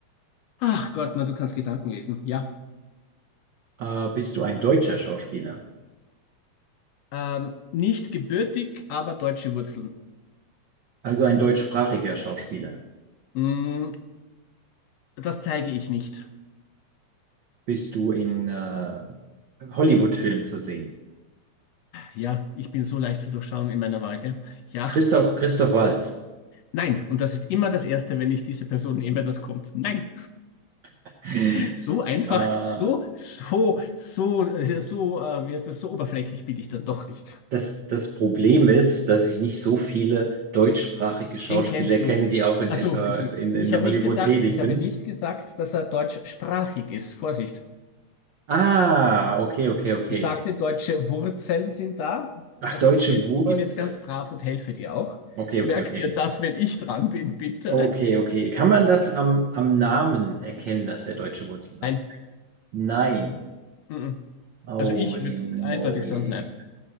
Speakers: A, on the left; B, on the right.
A: Ach Gott, na, du kannst Gedanken lesen. Ja.
B: Äh, bist du ein deutscher Schauspieler?
A: Ähm, nicht gebürtig, aber deutsche Wurzeln.
B: Also ein deutschsprachiger Schauspieler?
A: Mm, das zeige ich nicht.
B: Bist du in äh, Hollywood-Filmen zu sehen?
A: Ja, ich bin so leicht zu durchschauen in meiner Wahl, gell? Ja,
B: Christoph, Christoph Waltz.
A: Nein. Und das ist immer das Erste, wenn ich diese Person nehme, das kommt. Nein.
B: <laughs>
A: So einfach,
B: Äh,
A: so, so, so, äh, so, äh, wie heißt das, so oberflächlich bin ich dann doch nicht.
B: Das, das Problem ist, dass ich nicht so viele deutschsprachige Schauspieler
A: Den kennst
B: kenne,
A: du.
B: die auch in,
A: Ach
B: Hel-
A: so,
B: äh,
A: Entschuldigung.
B: in, in
A: Ich habe
B: Hollywood
A: nicht gesagt,
B: tätig
A: ich
B: sind.
A: habe nicht gesagt, dass er deutschsprachig ist. Vorsicht.
B: Ah, okay, okay, okay.
A: Ich sagte, deutsche Wurzeln sind da.
B: Ach,
A: Also
B: deutsche
A: ich helf,
B: Wurzel.
A: ich bin jetzt ganz brav und helfe dir auch.
B: Okay, okay,
A: Merk
B: okay.
A: dir das, wenn ich dran bin, bitte.
B: Okay, okay. Kann man das am, am Namen erkennen, dass er deutsche Wurzeln
A: Nein.
B: hat? Nein.
A: Mm-mm.
B: Holy
A: Also ich würde
B: moly.
A: eindeutig sagen, nein.